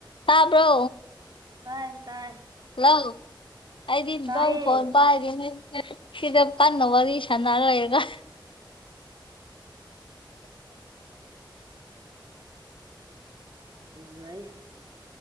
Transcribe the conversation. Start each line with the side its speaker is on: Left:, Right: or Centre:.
Left: ꯇꯥꯕ꯭ꯔꯣ
Right: ꯇꯥꯏ ꯇꯥꯏ
Left: ꯍꯜꯂꯣ ꯑꯩꯗꯤ
Right: ꯇꯥꯏꯌꯦ
Left: ꯖꯧ ꯐꯣꯟ ꯄꯥꯏꯒꯦꯅꯦ ꯁꯤꯗ ꯀꯟꯅ ꯋꯥꯔꯤ ꯁꯥꯟꯅ ꯂꯩꯔꯒ
Right: ꯑꯗꯨꯗꯩ